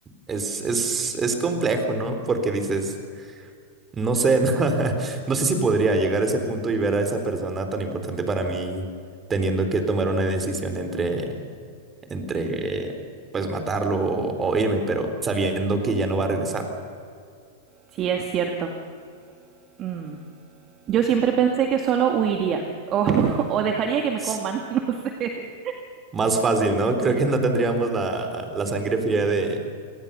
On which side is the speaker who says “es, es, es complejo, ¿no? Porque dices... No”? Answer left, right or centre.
Right